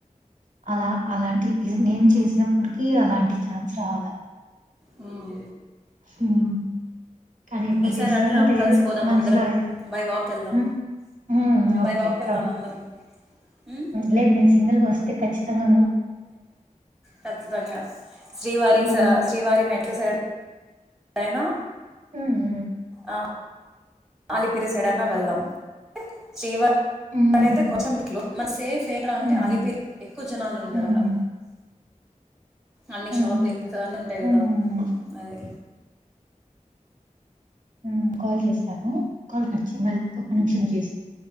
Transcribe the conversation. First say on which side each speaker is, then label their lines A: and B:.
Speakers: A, on the right; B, in the centre.
A: అలా అలాంటి నేను చేసినప్పటికి అలాంటి ఛాన్స్ రావాల
B: హ్మ్
A: హ్మ్ కానీ ఎప్పుడు
B: ఈసారి
A: చేస్తానో
B: రండిరా
A: తెలీదు
B: కలిసి పోదాం
A: మనసులో
B: అందరం
A: అయితే.
B: బై వాక్ వెళ్దాం
A: హ్మ్. హ్మ్.
B: By
A: okay.
B: వాక్ వెళ్దాం
A: కమ్.
B: అందరం ఉమ్?
A: లేదు నేన్ సింగల్ వస్తే ఖచ్చి తంగా
B: ఖచ్చితంగా శ్రీవారి
A: హ్మ్.
B: శ్రీవారి మెట్ ఎట్లా సైడ్ అయినా
A: హ్మ్ హు
B: అ ఆలిపిరిస డన్నా వెళ్దాం శ్రీవారి
A: హ్మ్.
B: అక్కడైతే కొంచెం మెట్లు మన సేఫ్ ఎంట్రా
A: హ్మ్.
B: అంటే అలిపిరి ఎక్కువ జనాలుంటారు
A: హ్మ్.
B: అలా
A: హ్మ్.
B: అన్ని
A: హ్మ్.
B: షాపింగ్స్ అన్నీ ఉంటాయి
A: హ్మ్.
B: కదా అదె
A: ఉమ్ కాల్ చేస్తాను కాల్ కట్చే మళ్ళీ ఒక నిమిషం చేస్తాను